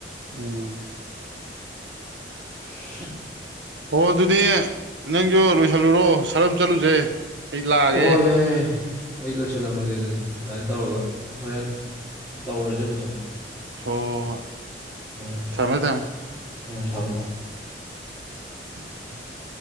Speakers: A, on the right; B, on the right.
A: ꯎꯝ
B: <unintelligible>
A: ꯑꯣ ꯑꯗꯨꯗꯤ ꯅꯪꯁꯨ ꯂꯣꯏꯁꯜꯂꯨꯔꯣ ꯁꯔꯝ ꯆꯠꯂꯨꯁꯦ ꯑꯩ ꯂꯥꯛꯑꯒꯦ
B: ꯑꯣ ꯌꯥꯏ ꯌꯥꯏ ꯑꯩ ꯂꯣꯏꯁꯤꯜꯂꯝꯃꯒꯦ ꯑꯗꯨꯗꯤ ꯑꯗꯨꯃꯥꯏꯅ ꯇꯧꯔꯒ
A: ꯎꯝ
B: ꯍꯣꯔꯦꯟ ꯇꯧꯔꯁꯦ ꯐꯖꯅ
A: ꯍꯣ ꯍꯣꯢ
B: ꯎꯝ
A: ꯊꯃꯦ ꯊꯃꯦ
B: ꯎꯝ ꯊꯝꯃꯣ ꯊꯝꯃꯣ
A: <unintelligible>